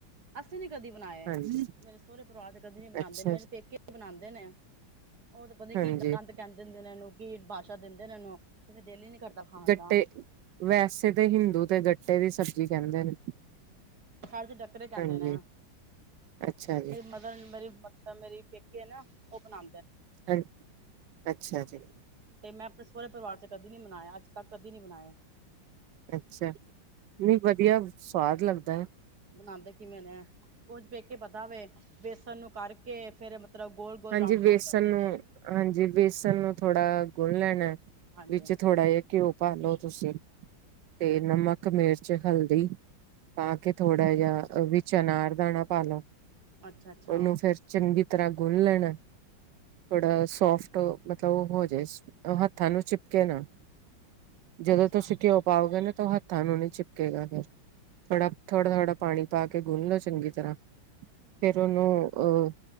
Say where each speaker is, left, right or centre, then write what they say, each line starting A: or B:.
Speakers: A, on the right; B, on the right.
A: ਅਸੀਂ ਨ ਕਦੀ ਬਣਾਇਏ
B: ਹਾਂਜੀ
A: ਮੇਰੇ ਸਹਰੇ ਪਰਿਵਾਰ ਚ ਕਦੀ ਨੀ ਬਣਾਉਂਦੇ
B: ਅੱਛਾ
A: ਮੇਰੇ
B: ਜੀ
A: ਪੇਕੇ ਹੀ ਬਣਾਉਂਦੇ ਨੇ ਉਹ ਤਾਂ ਪਤਾ
B: ਹਾਂਜੀ
A: ਕੀ ਗੰਦ ਕਹਿੰ ਦਿੰਦੇ ਨੇ ਇਹਨੂੰ ਨਸ਼ਾ ਦਿੰਦੇ ਨੇ ਇਹਨੂੰ ਕਹਿਦੇ ਡੇਲੀ ਨੀ ਕਰਦਾ ਖਾਣ
B: ਜੱਟੇ
A: ਦਾ।
B: ਵੈਸੇ ਤੇ ਹਿੰਦੂ ਤੇ ਜੱ ਜਟੇ ਦੀ ਸਬਜ਼ੀ ਕਹਿੰਦੇ ਨੇ।
A: ਸਾਡੇ ਤੇ ਡੱਕਰੇ ਕਹਿੰਦੇ
B: ਹਾਂਜੀ
A: ਨੇ
B: ਅੱਛਾ ਜੀ
A: ਮੇਰੀ ਮਦਰ ਮੇਰੀ ਮ ਮੇਰੀ ਕਿ ਐ ਨਾ ਉਹ ਬਣਾ
B: ਹਾਏ, ਅੱਛਾ ਜੀ।
A: ਤੇ ਮੈਂ ਆਪਣੇ ਸਹੁਰੇ ਪਰਿਵਾਰ ਚ ਕਦੀ ਨੀ ਬਨਾਇਆ ਅੱਜ ਤੱਕ ਕਦੀ ਨੀ ਬਨਾਇਆ।
B: ਅੱਛਾ ਨਹੀਂ ਵਧੀਆ ਸਵਾਦ ਲੱਗਦਾ। <unintelligible>
A: ਬਣਾਂਦੇ ਕਿਵੇਂ ਨੇ ਉਨਝ ਪੇਕੇ ਪਤਾ ਵੇ ਬੇਸਣ ਨੂੰ ਕਾੜਕੇ ਫੇਰ ਮਤਲਬ ਗੋਲ ਗੋਲ
B: ਹਾਂਜੀ
A: ਰਾਊਂਡ
B: ਵੇਸਣ
A: ਰਾਊਂਡ ਕਰਦੇ
B: ਨੂੰ
A: ਨੇ
B: ਹਾਂਜੀ ਵੇਸਣ ਨੂੰ ਥੋੜ੍ਹਾ ਗੁੰਨ੍ਹ ਲੈਣਾ।
A: ਹਾਂਜੀ
B: ਵਿੱਚ ਥੋੜਾ ਜ ਘਿਓ ਪਾ ਲਓ ਤੁਸੀਂ ਤੇ ਨਮਕ, ਮਿਰਚ, ਹਲਦੀ ਪਾ ਕੇ ਥੋੜ੍ਹਾ ਜਿਹਾ ਵਿੱਚ ਅਨਾਰ ਦਾਣਾ ਪਾ ਲਓ
A: ਅੱਛਾ ਅੱਛਾ
B: ਉਹਨੂੰ ਫੇਰ ਚੰਗੀ ਤਰ੍ਹਾਂ ਗੁੰਨ ਲੈਣਾ ਥੋੜਾ ਸੋਫਟ ਮਤਲਬ ਹੋ ਜਾਏ, ਹੱਥਾਂ ਨੂੰ ਚਿਪਕੇ ਨਾ ਜਦੋਂ
A: ਅੱਛਾ
B: ਤੁਸੀਂ ਘਿਓ ਪਾਓਗੇ ਨਾ ਹੱਥਾਂ ਨੂੰ ਨ ਚਿਪਕੇੇਗਾ ਫੇਰ ਥੋੜਾ- ਥੋੜ੍ਹਾ-ਥੋੜ੍ਹਾ ਪਾਣੀ ਪਾ ਕੇ ਗੁੰਨ ਲਓ ਚੰਗੀ ਤਰ੍ਹਾਂ ਫੇਰ ਉਹਨੂੰ ਅਹ